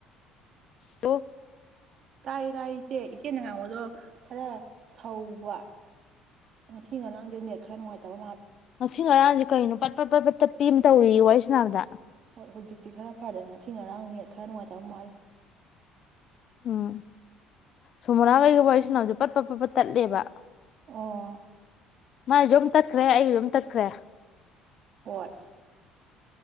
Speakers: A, on the left (about 55°); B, on the right (about 55°).
A: ꯇ
B: ꯇꯥꯏ ꯇꯥꯏ ꯏꯆꯦ ꯏꯆꯦꯅ ꯉꯥꯡꯕꯗꯣ ꯈꯔ ꯁꯧꯕ ꯑꯁꯤꯡ ꯉ ꯂꯥꯡꯗꯅꯤ ꯈꯔꯥ ꯅꯨꯉꯥꯏꯇꯕ
A: ꯉꯥꯁꯤ ꯉꯔꯥꯡꯁꯦ ꯀꯩꯅꯣ ꯄꯠ ꯄꯠ ꯇꯠꯄꯤ ꯑꯃ ꯇꯧꯔꯤ ꯋꯥꯔꯤ ꯁꯥꯅꯕꯗ
B: ꯍꯣꯏ ꯍꯧꯖꯤꯛꯇꯤ ꯈꯔ ꯐꯔꯦ ꯉꯁꯤ ꯉꯔꯥꯡ ꯅꯦꯠ ꯈꯔ ꯅꯨꯡꯉꯥꯏꯇꯕ ꯃꯥꯜꯂꯤ
A: ꯎꯝ ꯁꯨꯃꯣꯔꯥꯈꯩꯒ ꯋꯥꯔꯤ ꯁꯥꯅꯕꯁꯦ ꯄꯠ ꯄꯠ ꯄꯠ ꯇꯠꯂꯦꯕ
B: ꯑꯣ
A: ꯃꯥꯥꯏꯗꯨꯝ ꯇꯠꯈ꯭ꯔꯦ ꯑꯩꯗꯨꯝ ꯇꯠꯈ꯭ꯔꯦ
B: ꯍꯣꯏ